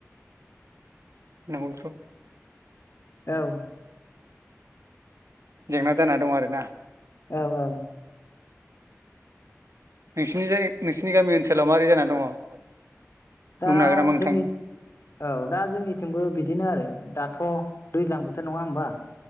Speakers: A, on the right; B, on the left.
A: नंगौथ'
B: औ
A: जेंना जाना दं आरोना।
B: औ औ
A: नोंसिनि जाय नोंसिनि गामि ओनसोलाव मारै जानानै दङ।
B: दा
A: बुंनो हागोन नामा नोंथां
B: जोंनि औ दा जोंनिथिंबो बिदिनो आरो दा थ' दैज्लां बोथोर नङा होमबा